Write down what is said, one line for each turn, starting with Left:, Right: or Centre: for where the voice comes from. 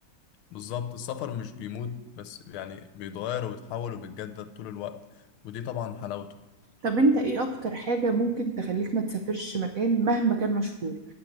Left: بالظبط السفر مش بيموت بس يعني بيتغير وبيتحول وبيتجدد طول الوقت ودي طبعا حلاوته
Right: طب انت ايه اكتر حاجة ممكن تخليك ما تسافرش مكان مهما كان مشهور